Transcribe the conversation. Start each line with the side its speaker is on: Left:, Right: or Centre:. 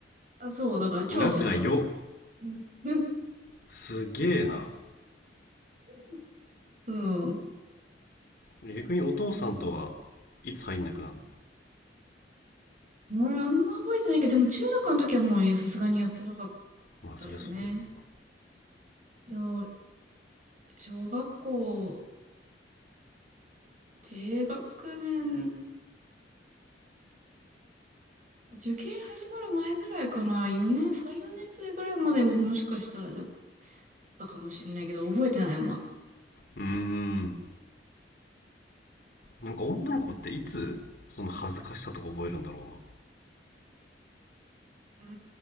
Right: あ、そう、だから超狭かった。
Left: 仲良。
Right: <laughs> うん。
Left: すげえな。
Right: <laughs> うん。
Left: え逆にお父さんとはいつ入んなくなるの
Right: 俺あんま覚えてないけど、でも中学の時はもうねさすがにやってなかっ
Left: まあそりゃそうだよな。
Right: たよね。でも小学校、低学年、受験始まる前ぐらいかな。4年、3、4年生ぐらいまでももしかしたらだったかもしれないけど、覚えてない、まあ。
Left: うーん。なんか女の子っていつその恥ずかしさとか覚えるんだろ
Right: うー